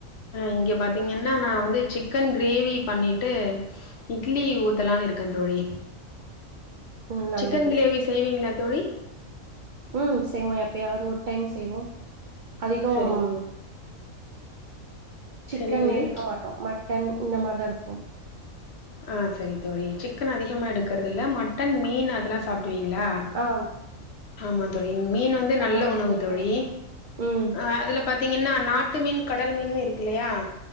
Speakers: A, on the left (about 60°); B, on the right (about 70°).
A: இங்க பாத்தீங்கன்னா நா வந்து சிக்கன் கிரேவி பண்ணிட்டு இட்லி ஊத்தலானு இருக்க தோழி
B: உம் நல்லது
A: சிக்கன் கிரேவி செய்வீங்களா தோழி
B: ம் செய்வோ எப்பயாவது ஒரு டைம் செய்வோ அதிகொம்
A: சரி
B: சிக்கன்
A: சரி தோழி
B: எடுக்க மாட்டோ மட்டன் இந்த மாரிதா எடுப்போ
A: ஆ சரி தோழி சிக்கன் அதிகமாக எடுக்கறதுல்ல மட்டன் மீன் அதெல்லா சாப்டுவீங்களா
B: ஆம்
A: ஆமாந் தோழி மீன் வந்து நல்ல
B: ஆடு
A: உணவு
B: மீனு
A: தோழி
B: ம்
A: அ அதுல பாத்தீங்கன்னா நாட்டு மீன் கடல் மீன் இருக்கு இல்லையா